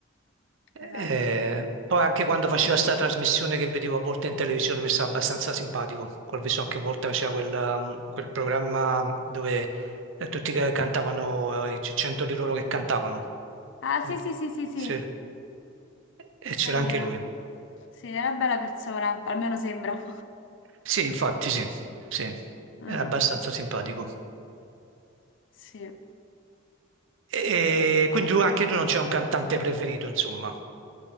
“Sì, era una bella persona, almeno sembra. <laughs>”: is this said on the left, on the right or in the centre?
Left